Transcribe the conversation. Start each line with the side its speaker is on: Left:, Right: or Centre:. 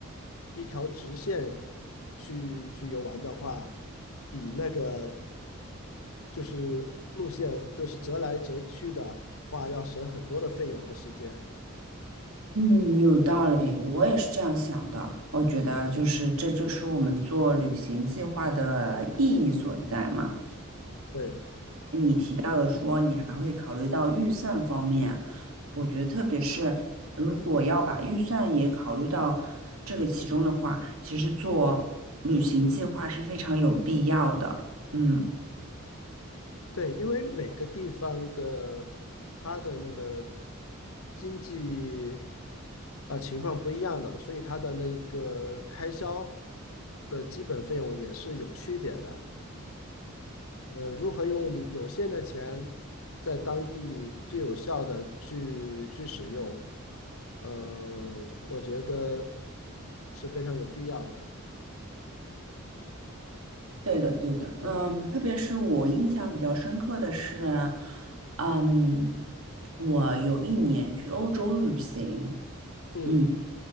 Left: 一条直线去去游玩的话，比那个就是路线就是折来折去的话，要省很多的费用和时间。
Right: 嗯，有道理，我也是这样想的。我觉得就是这就是我们做旅行计划的意义所在嘛。
Left: 对
Right: 提到了说你还会考虑到预算方面，我觉得特别是如果要把预算也考虑到这个其中的话，其实做旅行计划是非常有必要的。嗯，
Left: 对，因为每个地方的它的那个经济啊、情况不一样的，所以它的那个开销的基本费用也是有区别的。呃，如何用你有限的钱在当地最有效的去去使用，呃，我觉得是非常有必要的。
Right: 对的，对的。
Left: 嗯
Right: 嗯，特别是我印象比较深刻的是，嗯，我有一年去欧洲旅行。
Left: 嗯
Right: 嗯，